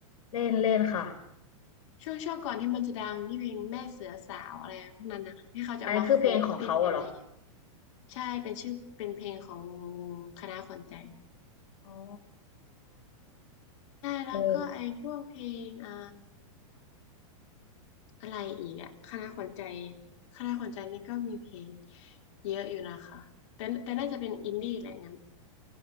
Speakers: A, on the left; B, on the left.
A: เล่นเล่นค่ะ
B: ช่วงช่วงก่อนที่มันจะดังที่เพลงแม่เสือสาวอะไรพวกนั้นนะคะที่เขาจะมาโคฟเต้นกันเยอะ
A: อันนี้คือเพลงของเขาอะเหรอ
B: ๆใช่เป็นชื่อเป็นเพลงของวงวงคณะขวัญใจ
A: อ๋อ
B: ใช่แล้วก็ไอ้พวกเพลงอ่า
A: เออ
B: อะไรอีกอะคณะขวัญใจคณะขวัญใจนี่ก็มีเพลงเยอะอยู่นะคะแต่แต่น่าจะเป็นอินดี้แหละงั้น